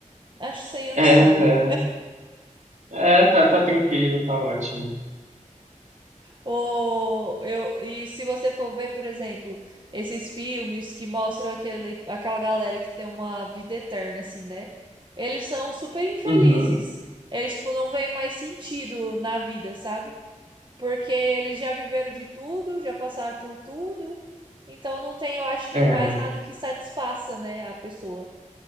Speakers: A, on the right; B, on the right.
A: Acho que 100 anos
B: É,
A: tá bom.
B: é tá, tá tranquilo, tá ótimo.
A: Ou eu, e se você for ver, por exemplo, esses filmes que mostram aquele, aquela galera que tem uma vida eterna, assim, né? Eles são super infelizes.
B: Uhum.
A: Eles, tipo, não veem mais sentido na vida, sabe? porque eles já viveram de tudo, já passaram por tudo, então não tem, eu acho que
B: É,
A: mais nada que satisfaça, né, a pessoa